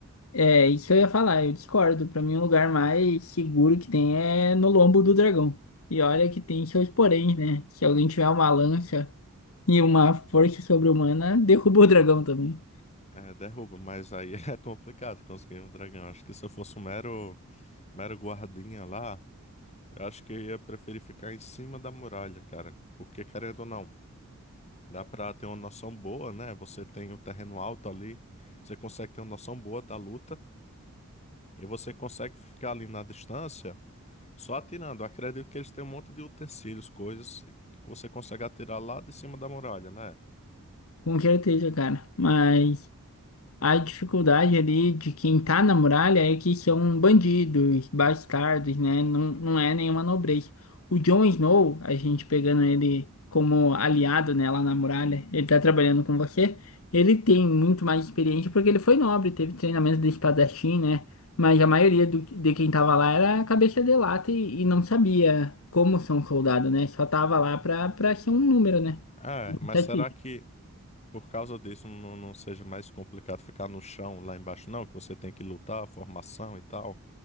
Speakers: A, on the left; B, on the left.
A: É, isso eu ia falar, eu discordo. Pra mim, o lugar mais seguro que tem é no lombo do dragão. E olha que tem seus poréns, né? Se alguém tiver uma lança. E uma força sobre-humana derrubou o dragão também.
B: É, derruba, mas aí <laughs> é complicado conseguir um dragão. Acho que se eu fosse um mero, mero guardinha lá, eu acho que eu ia preferir ficar em cima da muralha, cara. Porque, querendo ou não, dá pra ter uma noção boa, né? Você tem o terreno alto ali, você consegue ter uma noção boa da luta, e você consegue ficar ali na distância só atirando. Eu acredito que eles têm um monte de utensílios, coisas que você consegue atirar lá de cima da muralha, né?
A: Com certeza, cara. Mas. A dificuldade ali de quem tá na muralha é que são bandidos, bastardos, né? Não, não é nenhuma nobreza. O Jon Snow, a gente pegando ele como aliado, né, lá na muralha, ele tá trabalhando com você, ele tem muito mais experiência porque ele foi nobre, teve treinamento de espadachim, né? Mas a maioria do- de quem tava lá era cabeça de lata e, e não sabia como ser um soldado, né? Só tava lá pra, pra ser um número, né?
B: É,
A: Estatística.
B: mas será que. por causa disso não, não seja mais complicado ficar no chão lá embaixo, não, que você tem que lutar, formação e tal.